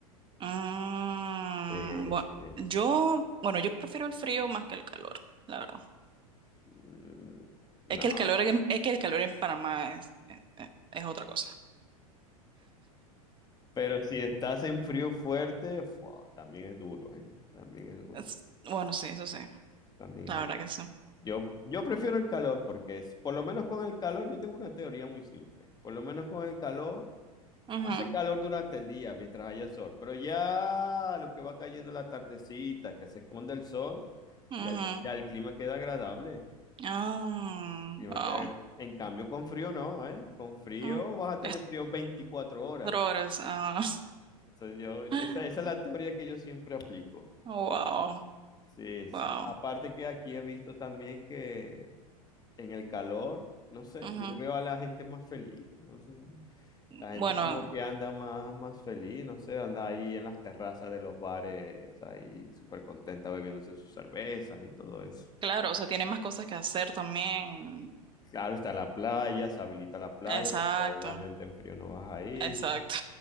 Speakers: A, on the right (about 25°); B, on the left (about 20°).
A: Mm,
B: Eh,
A: bueno,
B: sí.
A: yo, bueno, yo prefiero el frío más que el calor, la verdad.
B: Mm, No.
A: Es que el calor en, es que el calor en Panamá es, es, es otra cosa.
B: Pero si estás en frío fuerte, fua, también es duro, ¿eh? También es duro.
A: Es- bueno, sí, eso sí,
B: También
A: la
B: es...
A: verdad que sí.
B: Yo, yo prefiero el calor porque es, por lo menos con el calor, yo tengo una teoría muy simple. Por lo menos con el calor,
A: Ujú,
B: hace calor durante el día mientras haya sol. Pero ya lo que va cayendo la tardecita, que se esconde el sol,
A: ujú.
B: ya el, ya el clima queda agradable.
A: Ah,
B: clima
A: wow.
B: queda gra- En cambio, con frío no, ¿eh? Con frío
A: Ah,
B: vas a tener
A: es
B: frío 24 horas.
A: cuatro horas. ah.
B: Entonces, yo, esa,
A: <laughs>
B: esa es la teoría que yo siempre aplico.
A: Wow,
B: Sí, sí.
A: wow.
B: Aparte que aquí he visto también que en el calor, no sé,
A: Ujú.
B: yo veo a la gente más feliz. no sé, La
A: Bueno,
B: gente como que anda más, más feliz, no sé, anda ahí en las terrazas de los bares, ahí súper contenta bebiéndose sus cervezas y todo eso.
A: claro, o sea, tiene más cosas que hacer también.
B: Claro, está la playa, se habilita la playa,
A: Exacto,
B: porque obviamente en frío no vas ahí
A: exacto.